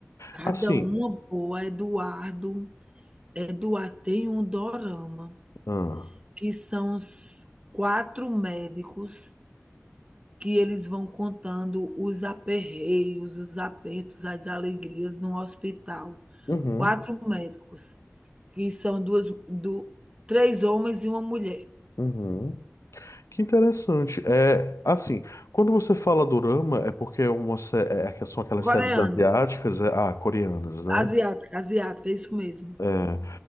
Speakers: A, on the right (about 20°); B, on the left (about 85°).
A: Cada
B: Assim,
A: uma boa, Eduardo Eduardo tem um dorama
B: ah,
A: que são os 4 médicos que eles vão contando os aperreios, os apertos, as alegrias no hospital.
B: uhum,
A: Quatro médicos, que são duas, do, três homens e uma mulher.
B: uhum. Que interessante. É, assim, quando você fala dorama, é porque é uma, sé- é, é que são aquelas
A: Coreano,
B: séries asiáticas, é, ah, coreanas, né?
A: asiática, asiática, é isso mesmo.
B: É.